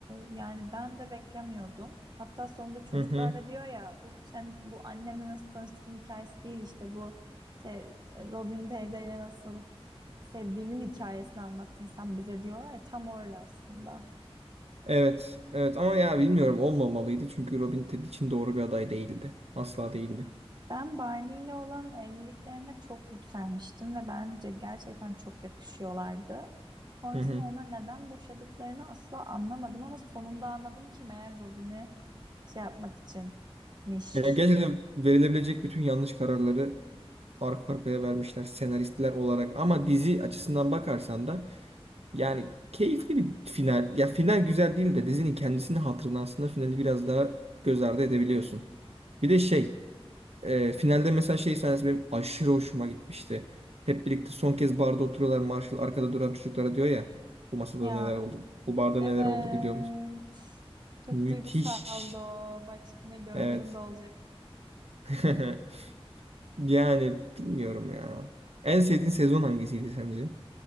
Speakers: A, on the right (about 45°); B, on the right (about 80°).
A: yani ben de beklemiyordum. Hatta sonunda çocuklar
B: Hı hı.
A: da diyor ya bu sen bu annemle nasıl tanıştığın hikayesi değil işte bu te- Robin teyzeyle nasıl sevdiğinin hikayesini anlattın sen bize diyorlar ya, tam öyle aslında.
B: Evet. Evet ama ya bilmiyorum olmamalıydı çünkü Robin Ted için doğru bir aday değildi. Asla değildi.
A: Ben Barney ile olan evliliklerine çok yükselmiştim ve bence gerçekten çok yakışıyorlardı. Sonrasında
B: Hı hı.
A: ona neden boşadıklarını asla anlamadım ama sonunda anladım ki meğer Robin'i şey yapmak içinmiş.
B: Yani gerçekten verilebilecek bütün yanlış kararları arka arkaya vermişler senaristler olarak. Ama dizi açısından bakarsan da yani keyifli bir final. Ya final güzel değil de dizinin kendisini hatırına aslında finali biraz daha göz ardı edebiliyorsun. Bir de şey e, finalde mesela şey sahnesi benim aşırı hoşuma gitmişti. Hep birlikte son kez barda oturuyorlar. Marshall arkada duran çocuklara diyor ya bu masada
A: Ya
B: neler oldu? Bu barda
A: evet.
B: neler oldu biliyor musun?
A: Çok
B: Müthiş.
A: duygusaldı o. Bak şimdi gözlerim
B: Evet.
A: dolacak.
B: <laughs> Yani bilmiyorum ya. En sevdiğin sezon hangisiydi sence?